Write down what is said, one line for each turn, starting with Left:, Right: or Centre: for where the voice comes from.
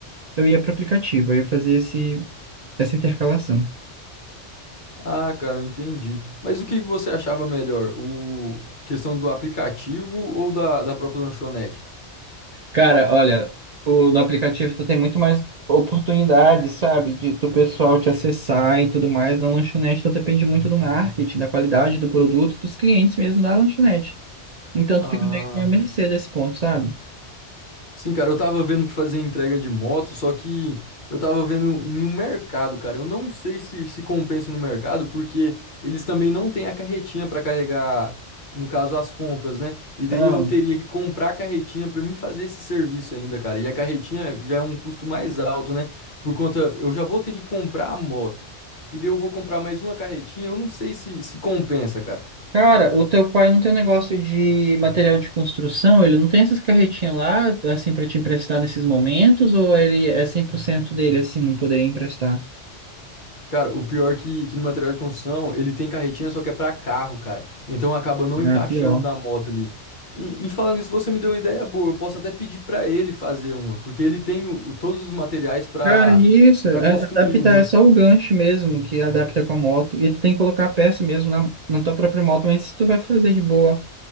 Right: eu ia para o aplicativo, aí eu fazia esse, essa intercalação.
Left: Ah, cara, eu entendi. Mas o que que você achava melhor? O questão do aplicativo ou da, da própria lanchonete?
Right: Cara, olha, o, no aplicativo tu tem muito mais oportunidades, sabe? De, do pessoal te acessar e tudo mais. Na lanchonete tu depende muito do marketing, da qualidade do produto e dos clientes mesmo da lanchonete. Então tu
Left: Ah.
Right: fica meio que à mercê desse ponto, sabe?
Left: Sim, cara, eu tava vendo pra fazer entrega de moto, só que eu tava vendo em um mercado, cara. Eu não sei se se compensa no mercado, porque eles também não têm a carretinha pra carregar, no caso, as compras, né? E daí
Right: Então,
Left: eu teria que comprar a carretinha pra mim fazer esse serviço ainda, cara. E a carretinha já é um custo mais alto, né? Por conta, eu já vou ter que comprar a moto. E daí eu vou comprar mais uma carretinha, eu não sei se se compensa, cara.
Right: cara, o teu pai não tem um negócio de material de construção? Ele não tem essas carretinhas lá, assim, pra te emprestar nesses momentos? Ou ele é 100% dele, assim, não poderia emprestar?
Left: Cara, o pior que, que no material de construção, ele tem carretinha, só que é pra carro, cara. Então acaba não encaixando
Right: Ah, pior.
Left: na moto ali. E, e falando isso, você me deu uma ideia boa. Eu posso até pedir pra ele fazer uma, porque ele tem o, o- todos os materiais pra
Right: Cara, isso, é-
Left: para construir
Right: adaptar
Left: uma.
Right: é só o gancho mesmo que adapta com a moto. E tu tem que colocar a peça mesmo na, na tua própria moto, mas se tu vai fazer de boa,